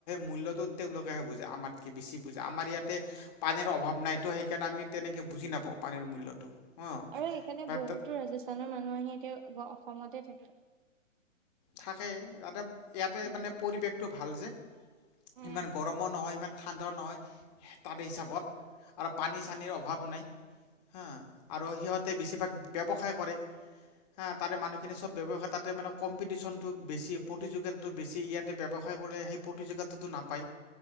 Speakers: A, on the left; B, on the right.
A: মূল্যটোত তেওঁলোকেহে বুজে আমাতকৈ বেছি বুজে আমাৰ ইয়াতে পানীৰ অভাৱ নাইতো সেইকাৰণে আমি তেনেকে বুজি নাপাওঁ পানীৰ মূল্যটো অঁ
B: আৰু সেইকাৰণে
A: বা
B: বহুতো ৰাজস্থানৰ মানুহ আহি এতিয়া অসমতে থাকে
A: থাকে যাতে ইয়াতে
B: উম।
A: মানে পৰিৱেশটো ভাল যে
B: উম,
A: ইমান গৰমো নহয় ইমান ঠাণ্ডা নহয় তাৰে হিচাপত আৰু পানী চানীৰ অভাৱ নাই হা আৰু সিহঁতে বেছিভাগ ব্যৱসায় কৰে হা তাৰে মানুহখিনি চব্ ব্যবসায় তাতে মেম্পিউ কম্পিটিচন টো বেছি প্ৰতিযোগিতাটো বেছি ইয়াতে ব্যৱসায় কৰে সেই প্ৰতিযোগিতাটো নাপায়